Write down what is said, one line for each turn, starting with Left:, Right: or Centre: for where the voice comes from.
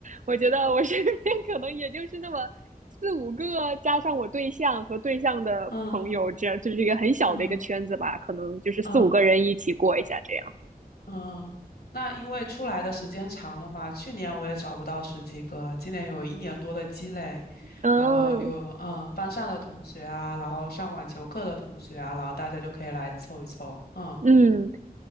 Right: 我觉得我身边 <laughs> 可能也就是那么四五个，加上我对象和对象的朋友，
Left: 嗯
Right: 这样就是一个很小的一个圈子吧，
Left: 嗯
Right: 可能就是四五个人一起过一下这样。
Left: 嗯。嗯，那因为出来的时间长了嘛，去年我也找不到十几个，今年有一年多的积累，
Right: 嗯。
Left: 然后有嗯班上的同学啊，然后上网球课的同学啊，然后大家就可以来凑一凑，嗯
Right: 嗯，